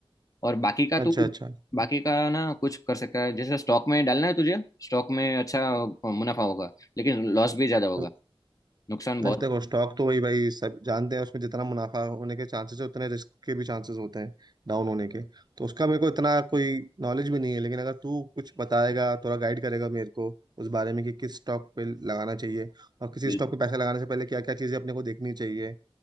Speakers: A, on the left (about 35°); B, on the right (about 45°).
A: और बाकी का तू
B: अच्छा अच्छा
A: बाकी का ना कुछ कर सकता है जैसे स्टॉक में डालना है तुझे स्टॉक में अच्छा मुनाफा होगा लेकिन लॉस भी ज्यादा होगा
B: तो
A: नुकसान बहुत
B: देखो स्टॉक तो वही भाई सब जानते हैं उसमें जितना मुनाफा होने के चांसेस है उतने रिस्क के भी चांसेस होते हैं डाउन होने के तो उसका मेरे को इतना कोई नॉलेज भी नहीं है लेकिन अगर तू कुछ बताएगा थोड़ा गाइड करेगा मेरे को उस बारे में कि किस स्टॉक पे लगाना चाहिए और किसी
A: बिल्कुल
B: स्टॉक पे पैसा लगाने से पहले क्या क्या चीजें अपने को देखनी चाहिए